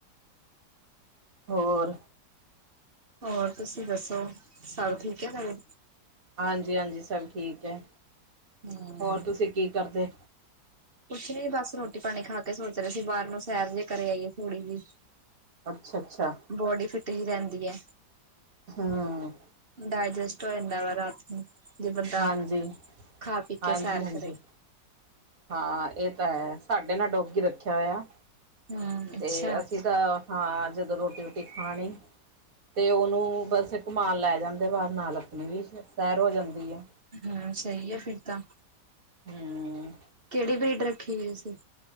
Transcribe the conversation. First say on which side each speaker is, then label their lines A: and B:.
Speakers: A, on the right (about 50°); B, on the right (about 30°).
A: ਹੋਰ
B: ਹੋਰ ਤੁਸੀਂ ਦੱਸੋ ਸਭ ਠੀਕ ਹੈ ਘਰੇ
A: ਹਾਂਜੀ-ਹਾਂਜੀ ਸਭ ਠੀਕ ਹੈ।
B: ਹਮ
A: ਹੋਰ ਤੁਸੀਂ ਕੀ ਕਰਦੇ?
B: ਕੁਛ ਨੀ ਬਸ ਰੋਟੀ ਪਾਣੀ ਖਾ ਕੇ ਸੋਚ ਰਹੇ ਸੀ ਬਾਹਰ ਨੂੰ ਸੈਰ ਜੇਹੇ ਕਰ ਆਈਏ ਥੋੜ੍ਹੀ ਜੀ,
A: ਅੱਛਾ ਅੱਛਾ
B: ਬੋਡੀ ਫਿਟ ਹੀ ਰਹਿੰਦੀ ਹੈ
A: ਹੂੰ
B: ਡਾਇਜਸਟ ਦਾ ਵੇ ਰਾਤ ਨੂੰ ਜੇ ਬੰਦਾ
A: ਹਾਂਜੀ
B: ਖਾ ਪੀ
A: ਹਾਂਜੀ
B: ਕੇ ਸੈਰ
A: ਹਾਂਜੀ
B: ਕਰੇ,
A: ਹਾਂ ਇਹ ਤਾਂ ਹੈ ਸਾਡੇ ਨਾਲ ਡੋਗੀ ਰੱਖਿਆ ਹੋਇਆ।
B: ਹਮ
A: ਤੇ
B: ਅੱਛਾ
A: ਅਸੀਂ ਤਾਂ ਹਾਂ, ਜਦੋਂ ਰੋਟੀ ਰੋਟੀ ਖਾਣੀ ਤੇ ਉਹਨੂੰ ਬਸ ਇੱਕ ਕਮਾਨ ਲੈ ਜਾਂਦੇ ਬਾਹਾਰ ਨਾਲ ਆਪਣੀ ਵੀ ਸੈਰ ਹੋ ਜਾਂਦੀ ਆ।
B: ਹਾਂ, ਸਹੀ ਹੈ ਫਿਰ ਤਾਂ
A: ਹੂੰ
B: ਕਿਹੜੀ ਬਰੀਡ ਈ ਹੋਈ ਸੀ।